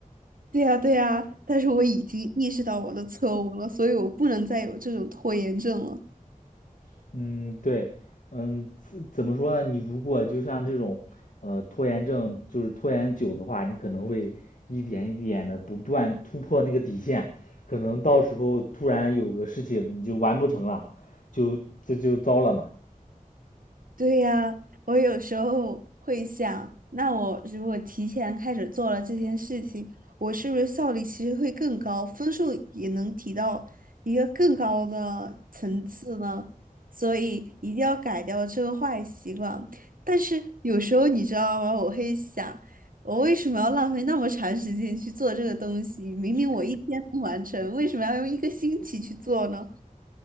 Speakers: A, on the right; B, on the left.
A: 对呀，对呀，但是我已经意识到我的错误了，所以我不能再有这种拖延症了。
B: <laughs> 嗯，对，嗯，怎怎么说呢？你如果就像这种，呃，拖延症，就是拖延久的话，你可能会一点一点的不断突破那个底线，可能到时候突然有个事情你就完不成了，就这就糟了嘛。
A: 对呀，我有时候会想，那我如果提前开始做了这件事情，我是不是效率其实会更高，分数也能提到一个更高的层次呢？所以一定要改掉这个坏习惯。但是有时候你知道吗？我会想，我为什么要浪费那么长时间去做这个东西？明明我一天能完成，为什么要用一个星期去做呢？